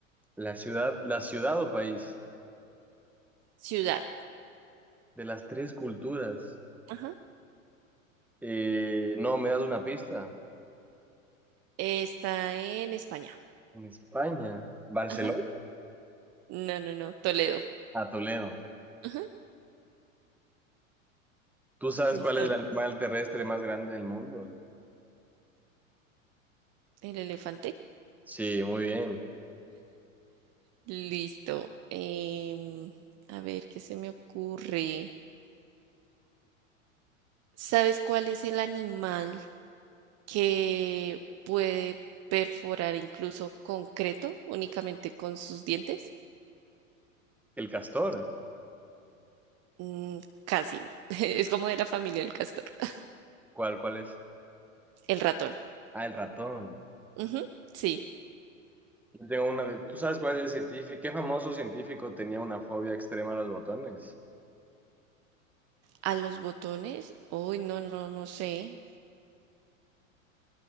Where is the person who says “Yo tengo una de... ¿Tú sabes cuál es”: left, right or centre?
Centre